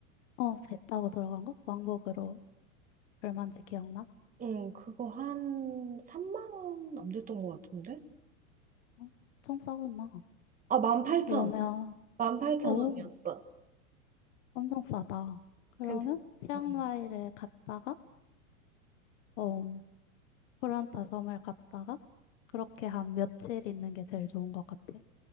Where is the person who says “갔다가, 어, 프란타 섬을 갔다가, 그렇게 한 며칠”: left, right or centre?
Left